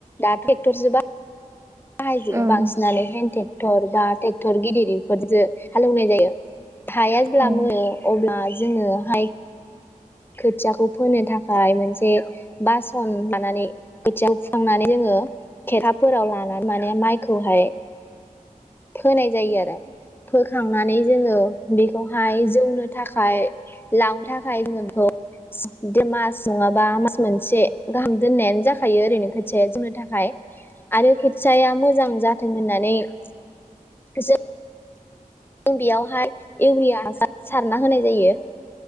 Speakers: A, on the left; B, on the right.
A: दा ट्रेक्टर जोबा बाहायजोबो
B: औ औ
A: बांसिनानो हेन्द ट्रेक्टर बा ट्रेक्टर गिदिरफोरजों हालेवनाय जायो हाया जेब्ला
B: ओ
A: मोनो अब्ला जोङो हाय खोथियाखौ फोनो थाखाय मोनसे बासन लानानै खोथियाखौ फुखांनानै जोङो खेरथाबफोराव लानानै माने माइखौहाय फोनाय जायो आरो फोखां नानै जोंङो बेखौहाय जोंनो थाखाय लांनो थाखाय जोङो बेखौ मास नङाबा मास मोनसे गाहाम दोननायानो जाखायो ओरैनो खोथिया जौनो थाखाय आरो खोथियाया मोजां जाथों होननानै <unintelligible> जों बेयावहाय इउरिया हासार सारना होनाय जायो।